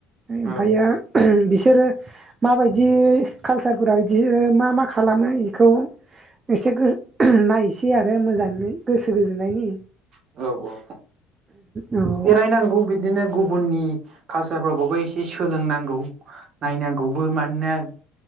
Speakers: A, on the right (about 40°); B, on the right (about 25°).
A: औ
B: ओमफायो माबायदि कालसारफोराव बिदि मा मा खालामो बेखौ एसे नायसै आरो मोजाङै गोसो गोजोननायनि
A: औ औ
B: ओम
A: बेरायनांगौ बिदिनो गुबुननि कालसारफोरखौबो एसे सोलोंनांगौ। नायनांगौबो मानोना